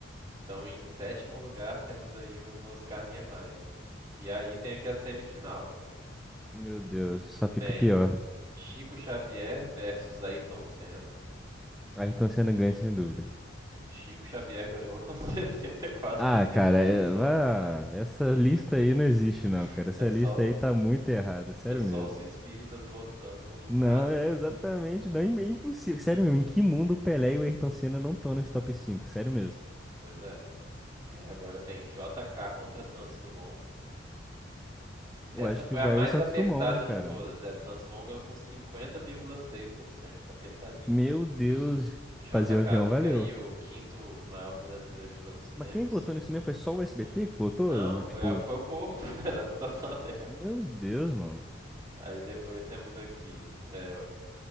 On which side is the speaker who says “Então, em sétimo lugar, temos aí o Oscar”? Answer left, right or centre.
Right